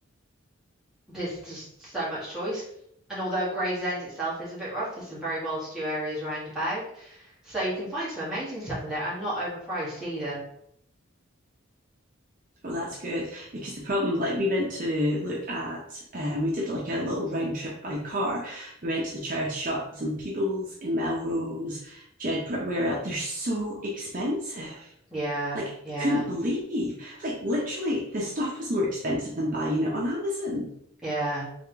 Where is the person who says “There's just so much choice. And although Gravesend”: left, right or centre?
Centre